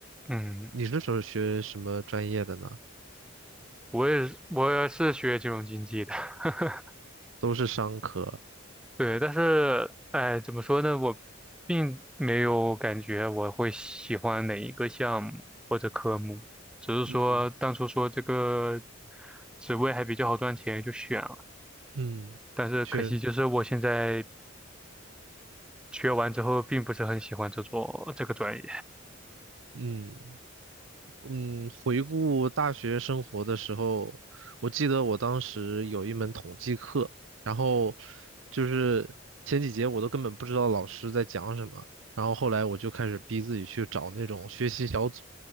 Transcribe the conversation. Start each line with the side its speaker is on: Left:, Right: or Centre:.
Centre: 嗯，
Right: 你是什么学什么专业的呢？
Centre: 我也是，我也是学金融经济的，<laughs>
Right: 都是商科，
Centre: 对，但是，哎，怎么说呢，我并没有感觉我会喜欢哪一个项目或者科目，只是说当初说这个
Right: 嗯。
Centre: 职位还比较好赚钱，就选了，
Right: 嗯，
Centre: 但是可惜就是我现在
Right: 确，
Centre: 学完之后，并不是很喜欢这做这个专业。
Right: 嗯。嗯，回顾大学生活的时候，我记得我当时有一门统计课，然后就是前几节我都根本不知道老师在讲什么，然后后来我就开始逼自己去找那种学习小组，